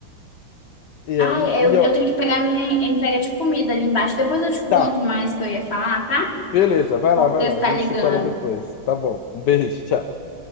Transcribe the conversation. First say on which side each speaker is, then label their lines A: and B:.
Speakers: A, on the left; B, on the left.
A: E,
B: Ai,
A: aí-
B: é,
A: e,
B: eu,
A: ó,
B: eu tenho que pegar minha entrega de comida ali embaixo. Depois eu te conto
A: tá,
B: mais o que eu ia falar, tá?
A: beleza, vai
B: O porteiro
A: lá, vai lá.
B: tá
A: A gente
B: ligando.
A: se fala depois. Tá bom. Um beijo, tchau.